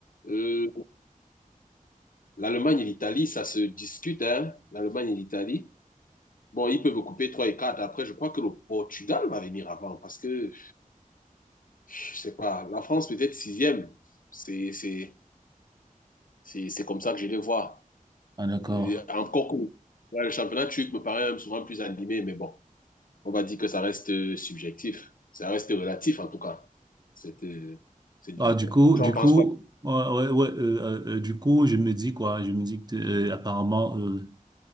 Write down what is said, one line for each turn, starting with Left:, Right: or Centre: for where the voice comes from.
Left: Euh, L'Allemagne et l'Italie, ça se discute, hein. L'Allemagne et l'Italie. Bon, ils peuvent couper 3 et 4. Après, je crois que le Portugal va venir avant parce que, je sais pas, la France peut-être sixième. C'est, c'est, c'est, c'est comme ça que je les vois.
Right: ah, d'accord.
Left: Et encore que ouais, le championnat turc me paraît souvent plus animé, mais bon. on va dire que ça reste euh, subjectif. Ça reste relatif, en tout cas, cette, euh, cette
Right: Ah,
Left: vision.
Right: du coup,
Left: Tu
Right: du
Left: en penses
Right: coup,
Left: quoi?
Right: ouais, ouais, ouais, euh, euh, euh, du coup, je me dis quoi? Je me dis que t'es- euh, apparemment, euh,